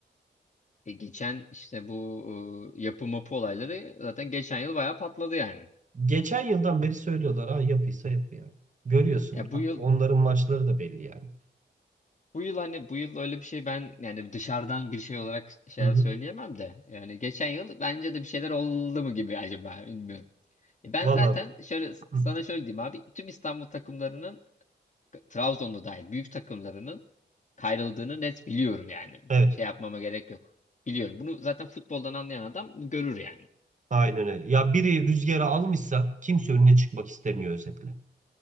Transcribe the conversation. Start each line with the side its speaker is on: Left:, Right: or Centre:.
Left: E, geçen işte bu e, yapı mapı olayları zaten geçen yıl bayağı patladı yani.
Right: Geçen yıldan beri söylüyorlar ha yapıysa yapı yani. Görüyorsun
Left: Ya
Right: ha-
Left: bu yıl
Right: onların maçları da belli yani.
Left: Bu yıl hani bu yıl öyle bir şey ben yani dışarıdan bir şey olarak şey
Right: Hı hı.
Left: söyleyemem de yani geçen yıl bence de bir şeyler oldu mu gibi acaba bilmiyorum. E Ben
Right: Valla
Left: zaten şöyle sana
Right: hı.
Left: şöyle diyeyim abi tüm İstanbul takımlarının Trabzon'da dahil büyük takımlarının kayrıldığını net biliyorum yani.
Right: evet.
Left: Şey yapmama gerek yok. Biliyorum. Bunu zaten futboldan anlayan adam görür yani.
Right: Aynen öyle. Ya biri rüzgarı almışsa kimse önüne çıkmak istemiyor özetle.